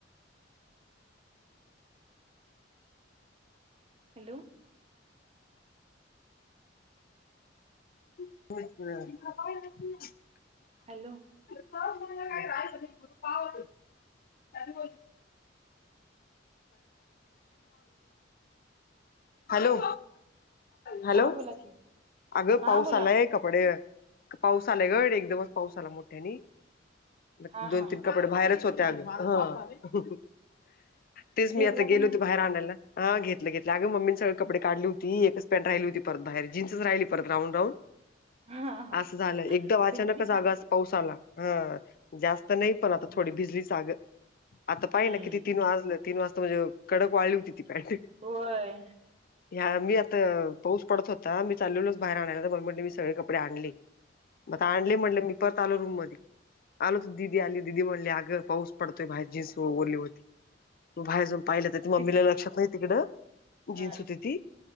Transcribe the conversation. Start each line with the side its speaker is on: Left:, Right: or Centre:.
Right: हॅलो.
Left: <unintelligible>
Right: हॅलो.
Left: <unintelligible> hello. hello
Right: हा बोला की
Left: अगं
Right: हा
Left: पाऊस
Right: बोला
Left: आलाय कपडे पाऊस आलाय गड एकदमच पाऊस आला मोठ्यानी म
Right: हा
Left: दोन
Right: हा
Left: तीन
Right: हा
Left: कपडे बाहेरच होत ह तेच मी
Right: घेरला
Left: आता गेलो
Right: का नाही
Left: होती बाहेर आणायला हा घेतलं घेतलं अगे मम्मीनी सगळे कपडे काढली होती एकच पॅट राहिली होतीत बाहेर जन्सच राहिली परत राहून राहून
Right: हा हा हा.
Left: असं झालं एकदा अचानकच
Right: भिजली
Left: आगास
Right: का
Left: पाऊसाला हा. जास्त नाही पण आता
Right: हम्म
Left: थोडी भिजलीचग आता पाहिना
Right: हम्म.
Left: किती तीन वाजलेत. तीन वाजता म्हणे कडक वाढली होती ती पॅन्ट.
Right: व्हय.
Left: ह्या मी आता पाऊस पडत होता मी चाललेलोच बाहेर आणायला तर म म्हटले मी सगळे कपडे आणले आता
Right: हम्म
Left: आणले म्हणले मी पण आलो रूम मध्ये आलो तर दिदी आली दिदी म्हणले अगं पाऊस पडतोय बाहेर जीन्स ओरली होती. बाहेर जान पाहिलं तर ते ममीला
Right: भिजली
Left: लक्षात नाही तिकडं
Right: हा
Left: जीन्स होती ती